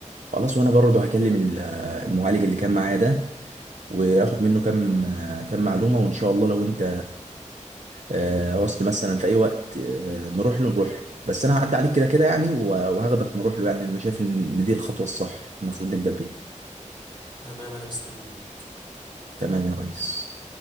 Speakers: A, on the right; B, on the right.
A: خلاص وانا برضه هكلم ال- المعالج اللي كان معايا ده واخد منه كام كام معلومة وان شاء الله لو انت آه، عوزت مثلا في اي وقت آه، نروح له نروح له بس انا هعدي عليك كده كده يعني و- وهاخدك نروح له يعني لأن انا شايف ان دي الخطوة الصح المفروض نبدأ بيها
B: تمام انا مستنيك
A: تمام يا ريس